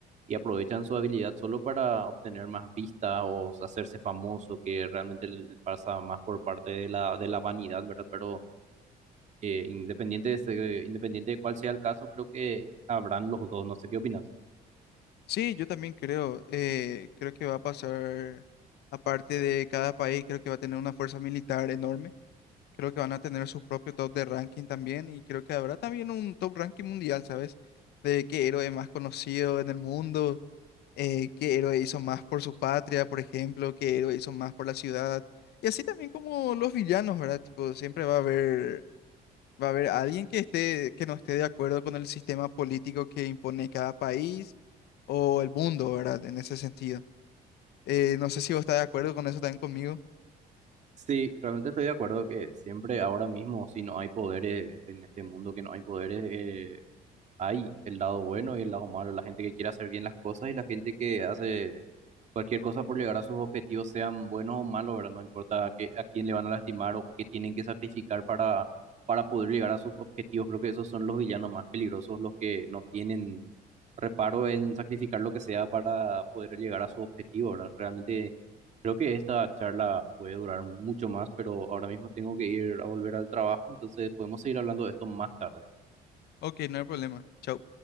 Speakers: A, on the right (about 45°); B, on the left (about 75°).
A: y aprovechan su habilidad solo para obtener más vistas o hacerse famoso, que realmente l- pasa más por parte de la, de la vanidad, ¿verdad? Pero eh, independiente de ese- independiente de cuál sea el caso, creo que habrán los dos, no sé qué opinas.
B: Sí, yo también creo, eh, creo que va a pasar, aparte de cada país, creo que va a tener una fuerza militar enorme. Creo que van a tener su propio top de ranking también y creo que habrá también un top ranking mundial, ¿sabes? De qué héroe más conocido en el mundo. eh, qué héroe hizo más por su patria, por ejemplo, qué héroe hizo más por la ciudad. Y así también como los villanos, ¿verdad? Tipo, siempre va a haber, va a haber alguien que esté, que no esté de acuerdo con el sistema político que impone cada país o el mundo, ¿verdad? En ese sentido. Eh, no sé si vos estás de acuerdo con eso también conmigo.
A: Sí, realmente estoy de acuerdo que siempre ahora mismo, si no hay poderes en este mundo, que no hay poderes, hay el lado bueno y el lado malo, la gente que quiere hacer bien las cosas y la gente que hace cualquier cosa por llegar a sus objetivos, sean buenos o malos, ¿verdad? No importa a, qué- a quién le van a lastimar o qué tienen que sacrificar para, para poder llegar a sus objetivos. Creo que esos son los villanos más peligrosos, los que no tienen reparo en sacrificar lo que sea para poder llegar a su objetivo, ¿verdad? Realmente creo que esta charla puede durar mucho más, pero ahora mismo tengo que ir a volver al trabajo, entonces podemos seguir hablando de esto más tarde.
B: Ok, no hay problema. Chau.